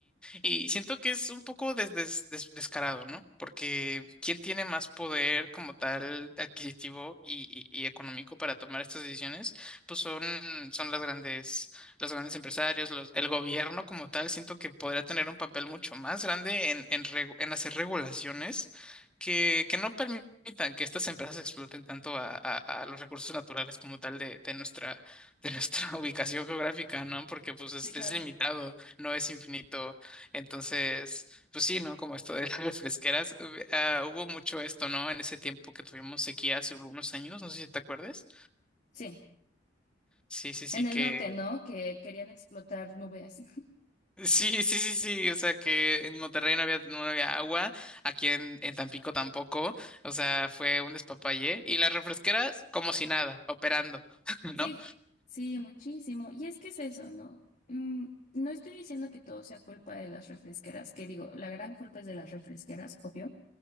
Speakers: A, in the centre; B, on the left.
A: y siento que es un poco des- des- des- descarado, ¿no? Porque ¿quién tiene más poder como tal adquisitivo y, y- y económico para tomar estas decisiones? Pues son, son las grandes, los grandes empresarios, los- el gobierno como tal. Siento que podría tener un papel mucho más grande en, en, regu- en hacer regulaciones que, que no permitan que estas empresas exploten tanto a, a- a los recursos naturales como tal de, de nuestra, de nuestra <laughs> ubicación geográfica, ¿no? Porque pues es
B: Sí, claro.
A: es limitado no es infinito entonces, pues sí, ¿no? Como esto de las <laughs> refresqueras, hub- ah, hubo mucho esto, ¿no? En ese tiempo que tuvimos sequía hace algunos años, no sé si te acuerdas.
B: Sí.
A: Sí, sí, sí,
B: En
A: que...
B: el norte, ¿no?
A: <laughs>
B: Que querían explotar nubes.
A: Sí, sí, sí, sí, o sea que en Monterrey no había, no había agua, aquí en, en Tampico tampoco, o sea, fue un despapalle. Y las refresqueras como si nada, operando, <laughs>
B: Sí,
A: ¿no?
B: sí, muchísimo. Y es que es eso, ¿no? Mm, no estoy diciendo que todo sea culpa de las refresqueras, que digo, la gran culpa es de las refresqueras, obvio,